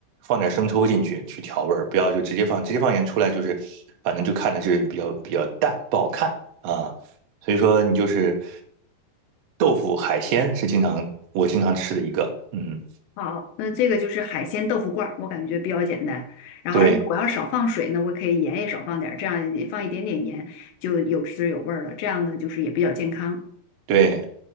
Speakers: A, on the right; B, on the left.
A: 放点生抽进去去调味儿，不要就直接放，直接放盐出来就是反正就看着是比较比较淡，不好看啊。所以说你就是豆腐海鲜是经常我经常吃的一个，嗯，
B: 好，那这个就是海鲜豆腐罐儿，我感觉比较简单。然后，
A: 对
B: 而且我要少放水呢，我可以盐也少放点儿，这样也放一点点盐就有滋有味儿了。这样呢，就是也比较健康。
A: 对，